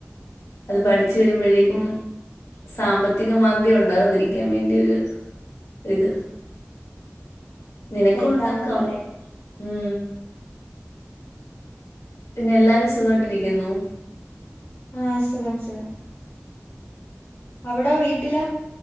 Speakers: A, on the left; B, on the left.
A: അത് പടിച്ച് വരുമ്പഴേക്കും സാമ്പത്തിക മാന്ദ്യ ഉണ്ടാകാതിരിക്കാൻ വേണ്ടിയൊര് ഇത് നിനക്കുണ്ടാക്കാം
B: കൈത്താങ് പോലെ
A: ഉം പിന്നെല്ലാരും സുഖായിട്ടിരിക്കുന്നോ
B: ആ സുഖം സുഖം അവിടോ വീട്ടിലോ